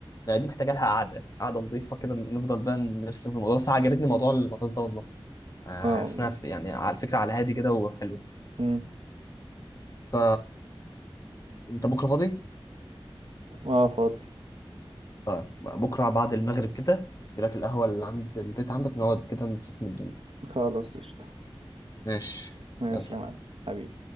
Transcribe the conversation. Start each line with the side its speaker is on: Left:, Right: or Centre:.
Left: بقى دي محتاجه لها قعده قعده نظيفه كده نفضل بقى نرسم في الموضوع بس عجبتني موضوع البطاطس ده والله آه،
Right: اه
Left: حاسس إنها في- يعني على فكره على هادي كده وحلو
Right: مم.
Left: ف انت بكره فاضي
Right: اه فاضي
Left: طيب بكره بعد المغرب كده جيلك القهوه اللي عند البيت عندك نقعد كده نسيستم الدنيا
Right: خلاص قشطة
Left: ماشي
Right: ماشي
Left: يلا
Right: يا معلم حبيبي